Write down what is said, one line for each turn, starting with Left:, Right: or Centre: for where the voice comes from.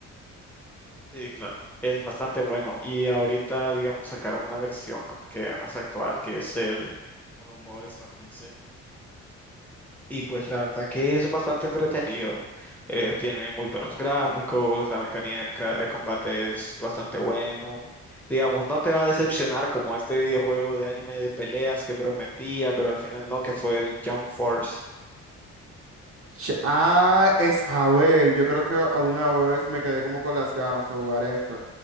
Centre: Sí, claro. Es bastante bueno. Y ahorita, digamos, sacaron una versión como que más actual, que es el Dragon Ball Sparking Y pues la verdad que es bastante entretenido. Eh, tiene muy buenos gráficos, la mecánica de combate es bastante bueno. Digamos, no te va a decepcionar como este videojuego de anime de peleas que prometía, pero al final no, que fue el Jump Force.
Right: Ch- Ah, es, a ver, yo creo que alguna vez me quedé como con las ganas de jugar esto.